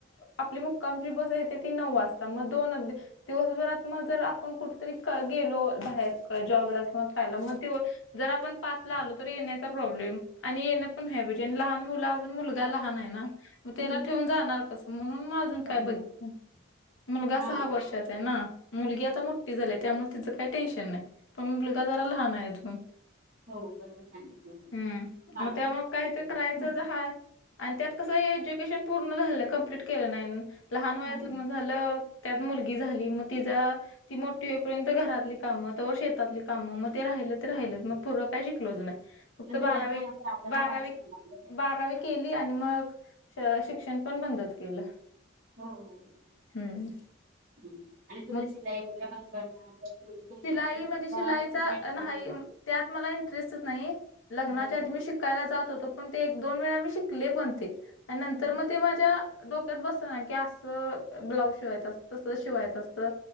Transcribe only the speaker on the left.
आपली मुक्कामची बस येते ती नऊ वाजता म दोन दे दिवसभरात म जर आपण कुठतरी क गेलो बाहेर जॉबला किंवा कायला मग दिव जर आपण पाचला आलो तर येण्याचा प्रॉब्लेम. आणि येणं पण हाय म्हणजे लहान मुलं अजून मुलगा लहान आहे ना. म त्याला
ठेवून जाणार कसं म्हणून म अजून
काय बघितलं ना. मुलगा
सहा वर्षाचा हाय ना मुलगी आता मोठी झाली त्यामुळ तिज काय टेन्शन नाय. पण मी मुलगा जरा लहान आहे अजून
हम्म
मग त्यामुळे
काय ते करायचं
ज हाय आणि त्यात कसं एज्युकेशन पूर्ण झालं नं कंप्लीट केलं नाय लहान वयात
लग्न झालं त्यात मुलगी झाली मग तिजा ती मोठी होईपर्यंत घरातली कामं तवर शेतातली कामं मग ते राहिलं ते राहिलंच मग पुरं काय शिकलोच नाय. फक्त
बारावी
बारावी
बारावी केली आणि मग श शिक्षण पण बंदच केलं.
हम्म.
मग
शिलाई
शिलाईचा
नाही
त्यात मला इंटरेस्टच नाही लग्नाच्या
आधी
मी शिक कायला जात होतो पण ते एक दोन वेळा मी शिकले पण ते आणि नंतर
मग ते माझ्या डोक्यात बस ना की असं ब्लाऊज शिवायचं असतं तसं शिवायचं असतं.